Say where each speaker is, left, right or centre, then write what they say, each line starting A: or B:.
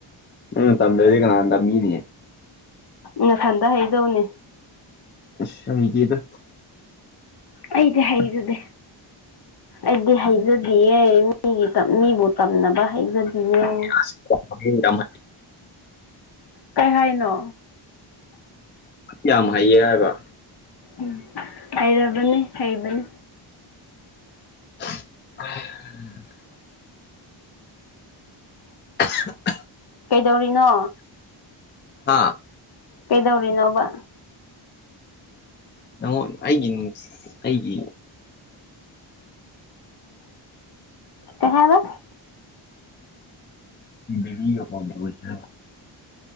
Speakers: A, on the left (about 25°); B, on the left (about 50°).
A: ꯎꯝ ꯇꯝꯗꯖꯤ ꯀꯅꯥꯗ ꯃꯤꯅꯤꯦ
B: ꯅꯊꯟꯗ ꯍꯩꯗꯧꯅꯦ
A: ꯁ ꯃꯤꯒꯤꯗ
B: ꯑꯩꯗꯤ ꯍꯩꯖꯗꯦ ꯑꯩꯗꯤ ꯍꯩꯖꯗꯌꯦ ꯃꯤꯒꯤ ꯃꯤꯕꯨ ꯇꯝꯅꯕ ꯍꯩꯖꯕꯤꯌꯦꯨ
A: ꯑꯁ ꯌꯥꯝ
B: ꯀꯩ ꯍꯥꯏꯅꯣ
A: ꯀꯝ ꯍꯥꯏꯌꯦꯕ
B: ꯎꯝ ꯍꯩꯔꯕꯅꯤ ꯍꯩꯕꯅꯤ
A: ꯑ <unintelligible>
B: ꯀꯩꯗꯧꯔꯤꯅꯣ
A: ꯍꯥ
B: ꯀꯩꯗꯧꯔꯤ ꯅꯕ
A: ꯅ ꯑꯩꯒꯤ ꯑꯩꯒꯤ
B: ꯀꯦꯅ
A: ꯑꯕꯤꯒ ꯐꯁ <unintelligible>